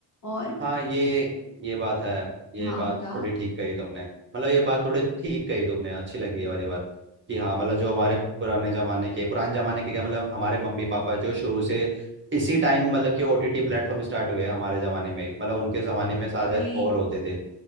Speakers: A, on the left (about 40°); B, on the right (about 25°).
A: और
B: हाँ ये ये बात है ये
A: हाँ
B: बात
A: बता
B: थोड़ी ठीक कही तुमने मतलब ये बात थोड़ी ठीक कही तुमने अच्छी लगी ये वाली बात कि हाँ मतलब जो हमारे पुराने जमाने के पुराने जमाने के क्या मतलब हमारे मम्मी पापा जो शुरू से इसी टाइम मतलब कि ओटीटी प्लेटफॉर्म स्टार्ट हुए हमारे जमाने में ही। मतलब उनके जमाने में सारे
A: भाई
B: हॉल होते थे